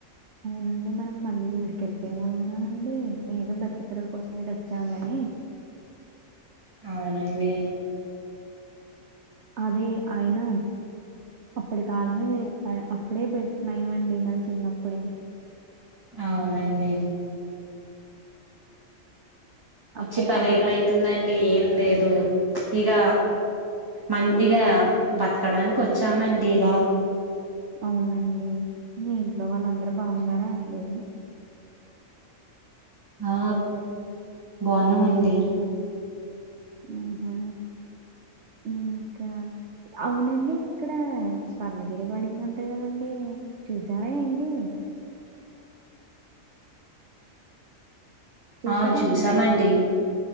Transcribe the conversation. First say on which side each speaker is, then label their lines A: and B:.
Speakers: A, on the right (about 60°); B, on the right (about 15°).
A: అవునండి మనం మళ్ళీ ఊరికి వెళ్ళిపోయేలా ఉన్నామండి ఏదో బతుకు తెరువు కోసం ఇటు వచ్చాం కానీ
B: అవునండి
A: అదే అయన అప్పటి కాలమే మేలు ఆ అప్పుడే బెట్ నయం అండి మనం చిన్నప్పుడే
B: అవునండి వచ్చి
A: అప్పుడు
B: పదేళ్లు
A: ఆ
B: అయితుందండి ఏం లేదు <unintelligible> ఇగ మంచిగ బతకడానికి వచ్చామండి ఇగ
A: అవునండి మీ ఇంట్లో వాళ్ళందరూ బాగున్నారా అండి
B: ఆ బాగున్నామండి
A: హ్మ్ హు ఇంకా అవునండి ఇక్కడ స్వర్ణగిరి పడిందంట కదండి చూసారా ఏంటి చూసారా
B: ఆ చూసామండి
A: అండి?